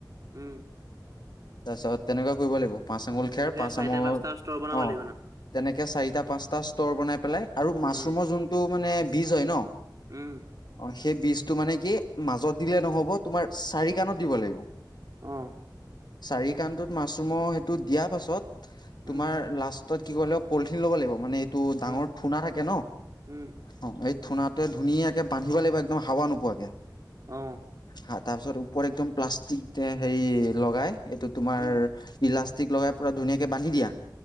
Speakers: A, on the right; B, on the left.
A: উম।
B: তাৰিছত তেনেকুৱা কৰিব লাগিব পাঁচ আঙুল খেৰ
A: তেনেকে
B: পাচ
A: চাৰিটা
B: আমুল
A: পাঁচটা স্তৰ বনাব
B: অ'।
A: লাগিব ন
B: এনেকে চাৰিটা পাঁচটা ষ্টৰ বনাই পেলাই আৰু মাছৰুমৰ
A: উম
B: যোনতটো মানে বীজ হয় ন
A: উম।
B: অ সেই বীজতটো মানে কি মাজত দিলে নহ'ব তোমাৰ চাৰি কাণ দিব লাগিব
A: অ
B: চাৰি কাণটোত মাছৰুমৰ সেইটো দিয়াৰ পাছত তোমাৰ
A: উম
B: লাষ্টত কি ক লাগিব পলিথিন ল'ব লাগিব মানে টো ডাঙৰ
A: উম
B: থুনা থাকে ন
A: উম
B: অ', এই থুনাটোৱে ধুনীয়াকে বান্ধিব লাগিব একদম হাৱা নোপোৱাকে
A: অ
B: হাত তাৰপিছত ওপৰত একদম প্লাষ্টিক হেৰি লগাই এইটো তোমাৰ
A: উম
B: ইলা টিক লগাই পুৰা ধুনীয়াকে বান্ধি দিয়া